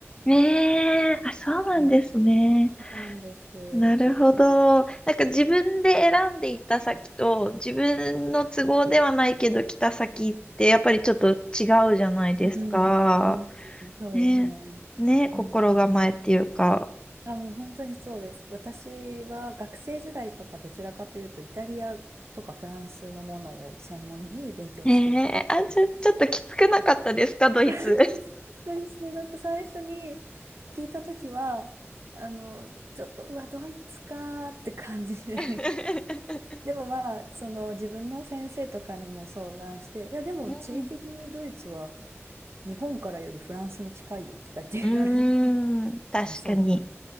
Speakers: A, on the left; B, on the right.
A: ねえ、あ、そうなんですね。
B: うんそうなんです。うん
A: なるほど。なんか自分で選んで行った先と、自分の都合ではないけど来た先ってやっぱりちょっと違うじゃないですか。
B: うん、うん、そうですね。
A: ねえ、ねえ、心構えっていうか。
B: うん。あ、もう本当にそうです。私は学生時代とかどちらかというと、イタリアとかフランスのものを専門に勉強していたので、
A: ええあ、ちょ、ちょっときつくなかったですか、ドイツ。
B: <laughs> そうですね、なんか最初に聞いたときは、あの、ちょっと、うわ、ドイツかーって感じで。
A: <laughs>
B: <laughs> でもまあ、その自分の先生とかにも相談して、いや、でも地理的にドイツは
A: うん。
B: 日本からよりフランスに近いよとかって言われて、
A: <laughs> うーん、確かに。
B: まあ、そうかっ